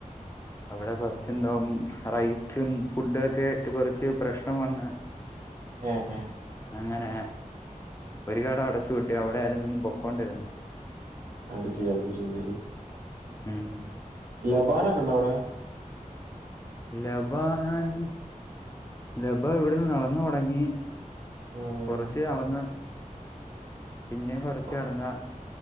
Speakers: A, on the left; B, on the right.
A: അവിടെ കൊറച്ച് എന്തോ റൈസും ഫുഡു ക്കെ ആയിട്ട് കൊറച്ച് പ്രശ്നം വന്ന്
B: ആഹ് ആഹ്
A: അങ്ങനെ ഒരു കട അടച്ചു പൂട്ടി. അവിടെ ആരുന്നു പൊക്കോണ്ടിരുന്നത്.
B: അപ്പ ശരി അത് ശരി ശരി
A: ഉം.
B: ലബാനൊക്കെണ്ടോ അവിടെ?
A: ലബാൻ ലബാ ഇവിടുന്ന് നടന്നു പോണെങ്കി.
B: ഉം
A: കൊറച്ച്
B: ഉം
A: നടന്ന് പിന്നെം കൊറച്ച്
B: ഉം
A: നടന്നാ